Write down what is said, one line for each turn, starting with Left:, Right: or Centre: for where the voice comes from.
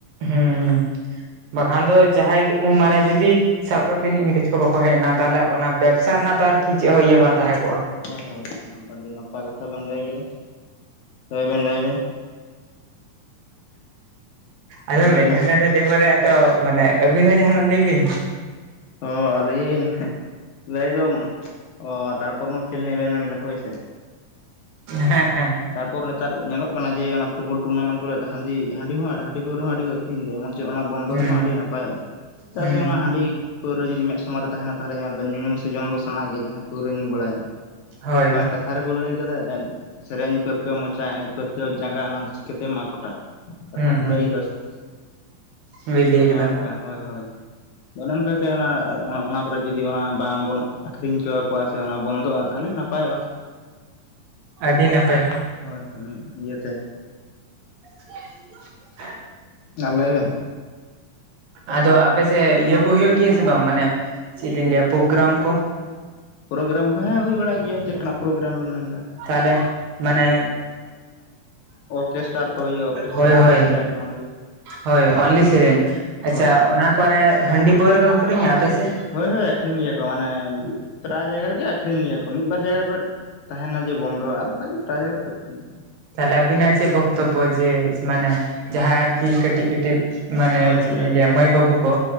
Right: ᱦᱩᱸ ᱦᱩᱸ ᱵᱟᱠᱷᱟᱱ ᱫᱚ ᱡᱟᱦᱟᱸᱭ ᱩᱢ ᱢᱟᱱᱮ ᱡᱩᱫᱤ ᱥᱟᱵ ᱠᱟᱜ ᱵᱤᱱ ᱤᱝᱨᱮᱡᱽ ᱠᱚ ᱵᱟᱠᱚ ᱦᱮᱡ ᱮᱱᱟ ᱛᱟᱦᱚᱞᱮ ᱚᱱᱟ ᱵᱮᱵᱽᱥᱟ ᱨᱮᱱᱟᱜ ᱫᱚ ᱟᱨᱠᱤ ᱪᱮᱫ ᱦᱚᱸ ᱤᱭᱟᱹ ᱵᱟᱝ ᱛᱟᱦᱮᱸ ᱠᱚᱜᱼᱟ
Left: ᱦᱳᱭ ᱦᱳᱭ ᱦᱳᱭ ᱟᱹᱰᱤ ᱱᱟᱯᱟᱭ ᱠᱟᱛᱷᱟ ᱵᱮᱱ ᱞᱟᱹᱭ ᱠᱮᱫᱟ ᱞᱟᱹᱭᱵᱮᱱ ᱞᱟᱹᱭᱵᱮᱱ
Right: ᱟᱫᱚ
Left: ᱞᱟᱹᱭ
Right: ᱢᱤᱫᱴᱟᱝ
Left: ᱵᱮᱱ
Right: ᱠᱟᱛ ᱫᱮᱵᱟᱨᱮ ᱟᱫᱚ ᱢᱟᱱᱮ ᱟᱹᱵᱤᱱ ᱦᱚᱸ ᱡᱟᱦᱟᱱᱟᱜ ᱞᱟᱹᱭ ᱵᱤᱱ
Left: ᱚ ᱟᱹᱞᱤᱧ ᱞᱟᱹᱭ ᱫᱚ ᱚ ᱛᱟᱨᱯᱚᱨᱱ ᱠᱷᱮᱞ ᱱᱤᱭᱟ ᱵᱮᱱ ᱢᱮᱱ ᱠᱮᱫᱟ ᱦᱚᱭ ᱥᱮ
Right: ᱦᱮᱸ ᱦᱮᱸ
Left: ᱛᱟᱨᱯᱚᱨ ᱱᱮᱛᱟᱨ ᱧᱮᱞᱚᱜ ᱠᱟᱱᱟ ᱡᱮ ᱚᱱᱟ ᱯᱷᱩᱴᱵᱚᱞ ᱴᱩᱨᱱᱟᱢᱮᱱᱴ ᱠᱚᱨᱮ ᱦᱟᱺᱰᱤ ᱦᱟᱺᱰᱤ ᱦᱚᱸ ᱦᱟᱺᱰᱤ ᱯᱟᱹᱣᱨᱟᱹ ᱦᱚᱸ ᱟᱹᱰᱤ ᱠᱚ ᱟᱹᱠᱷᱨᱤᱧ ᱮᱟᱭ ᱮᱢᱚᱱ ᱚᱱᱟ ᱵᱚᱱᱫᱚᱨ
Right: ᱦᱩᱸ
Left: ᱨᱮᱦᱚᱸ ᱟᱹᱰᱤ ᱱᱟᱯᱟᱭᱚᱜᱼᱟ ᱪᱮᱫᱟᱜ
Right: ᱦᱩᱸ
Left: ᱥᱮ ᱚᱱᱟ ᱦᱟᱺᱰᱤ ᱯᱟᱹᱣᱨᱟᱹ ᱡᱩᱫᱤ ᱢᱮᱫ ᱥᱟᱢᱟᱝ ᱨᱮ ᱛᱟᱦᱮᱸᱱᱟ ᱛᱟᱦᱚᱞᱮ ᱧᱮᱞ ᱵᱥᱮ ᱧᱩ ᱧᱩ ᱥᱮ ᱡᱚᱢ ᱫᱚ ᱥᱟᱱᱟ ᱜᱮ ᱡᱟᱦᱟᱸᱭ ᱯᱟᱹᱣᱨᱟᱹ ᱧᱩ ᱵᱟᱲᱟᱭᱟ
Right: ᱦᱳᱭ
Left: ᱵᱟᱝ ᱠᱟᱛᱷᱟ ᱨᱮᱠᱚ ᱞᱟᱹᱭ ᱠᱟᱫᱟ ᱥᱮᱨᱮᱧ ᱯᱟᱹᱨᱠᱟᱹᱣ ᱢᱚᱪᱟ ᱮᱱᱮᱡ ᱯᱟᱹᱨᱠᱟᱹᱣ ᱡᱟᱸᱜᱟ ᱚᱱᱟ ᱫᱚ ᱪᱤᱠᱟᱹᱛᱮᱢ ᱟᱠᱚᱴᱟ ᱠᱟᱛᱷᱟ
Right: ᱦᱩᱸ
Left: ᱠᱚ
Right: ᱦᱩᱸ
Left: ᱞᱟᱹᱭ ᱟᱠᱮᱫᱟ ᱥᱮ
Right: ᱦᱳᱭ ᱞᱟᱹᱭ
Left: ᱚᱱᱮ
Right: ᱠᱟᱫᱟ
Left: ᱚᱱᱠᱟ
Right: ᱠᱚ
Left: ᱦᱳᱭ ᱦᱳᱭ ᱚᱱᱮ ᱚᱱᱠᱟᱜᱮ ᱚᱱᱟ ᱚᱱᱟ ᱠᱚᱨᱮ ᱡᱩᱫᱤ ᱚᱱᱟ ᱵᱟᱝᱵᱚᱱ ᱟᱹᱠᱷᱨᱤᱧ ᱦᱚᱪᱚᱣᱟᱠᱚᱣᱟ ᱠᱚᱣᱟ ᱥᱮ ᱚᱱᱟ ᱵᱚᱱᱫᱚᱜᱼᱟ ᱛᱟᱦᱚᱞᱮ ᱱᱟᱯᱟᱭᱚᱜᱼᱟ
Right: ᱟᱹᱰᱤ ᱱᱟᱯᱟᱭ
Left: ᱦᱳᱭ ᱦᱳᱭ ᱢᱤᱫ ᱤᱭᱟᱹᱛᱮ
Right: ᱦᱮ
Left: ᱟᱨ ᱞᱟᱹᱭ ᱵᱮᱱ
Right: ᱟᱫᱚ ᱟᱯᱮᱥᱮᱫ ᱤᱭᱟᱹ ᱠᱚ ᱦᱩᱭᱩᱜ ᱜᱮᱭᱟ ᱥᱮ ᱵᱟᱝ ᱢᱟᱱᱮ ᱪᱮᱫ ᱞᱤᱧ ᱞᱟᱹᱭᱟ ᱯᱨᱳᱜᱨᱟᱢ ᱠᱚ
Left: ᱯᱨᱳᱜᱨᱟᱢ ᱠᱚ ᱦᱮᱸ ᱦᱩᱭ ᱵᱟᱲᱟᱜ ᱜᱮᱭᱟ ᱪᱮᱫ ᱞᱮᱠᱟᱱᱟᱜ ᱯᱨᱳᱜᱨᱟᱢ ᱵᱮᱱ ᱢᱮᱱ ᱮᱫᱟ
Right: ᱛᱟᱦᱚᱞᱮ ᱢᱟᱱᱮ
Left: ᱚᱨᱠᱮᱥᱴᱟᱨ ᱠᱚ ᱦᱩᱭᱩᱜᱼᱟ ᱚᱨᱠᱮᱥᱴᱟᱨ
Right: ᱦᱳᱭ
Left: ᱢᱚᱛᱞᱚᱵ
Right: ᱦᱳᱭ
Left: ᱥᱮᱨᱮᱧ ᱚᱱᱞᱤ
Right: ᱦᱳᱭ ᱚᱱᱞᱤ ᱥᱮᱨᱮᱧ ᱟᱪᱪᱷᱟ᱾
Left: ᱦᱳᱭ ᱦᱳᱭ
Right: ᱚᱱᱟ ᱠᱚᱨᱮ ᱦᱟᱺᱰᱤ ᱯᱟᱹᱣᱨᱟ ᱠᱚ ᱟᱹᱠᱷᱨᱤᱧᱟ ᱟᱯᱮᱥᱮᱫ?
Left: ᱦᱳᱭ ᱦᱳᱭ ᱟᱹᱠᱷᱨᱤᱧ ᱜᱮᱭᱟ ᱠᱚ ᱢᱟᱱᱮ ᱯᱨᱟᱭ ᱡᱟᱭᱜᱟ ᱨᱮᱜᱮ ᱟᱹᱠᱷᱨᱤᱧ ᱜᱮᱭᱟ ᱠᱚ ᱢᱤᱫ ᱵᱟᱨ ᱡᱟᱭᱜᱟ ᱠᱚᱨᱮ ᱛᱟᱦᱮᱸᱱᱟ ᱡᱮ ᱵᱚᱱᱫᱚ ᱟᱨ ᱵᱟᱠᱟᱱ ᱫᱚ ᱯᱨᱟᱭ ᱡᱟᱭᱜᱟ ᱠᱚ ᱟᱹᱠᱷᱨᱤᱧ ᱛᱟᱦᱮᱱᱟ᱾
Right: ᱛᱟᱦᱚᱞᱮ ᱟᱵᱤᱱᱟᱜ ᱪᱮᱫ ᱵᱚᱠᱛᱚᱵᱵᱚ ᱡᱮ ᱢᱟᱱᱮ ᱡᱟᱦᱟᱸ ᱟᱨᱠᱤ ᱠᱟᱹᱴᱤᱡ ᱠᱟᱹᱴᱤᱡ ᱢᱟᱱᱮ
Left: ᱦᱳᱭ
Right: ᱪᱮᱫ
Left: ᱦᱳᱭ
Right: ᱤᱧ
Left: ᱞᱟᱹᱭ ᱵᱮᱱ
Right: ᱞᱟᱹᱭᱟ
Left: ᱞᱟᱹᱭ ᱵᱮᱱ
Right: ᱢᱟᱹᱭ ᱵᱟᱹᱵᱩ ᱠᱚ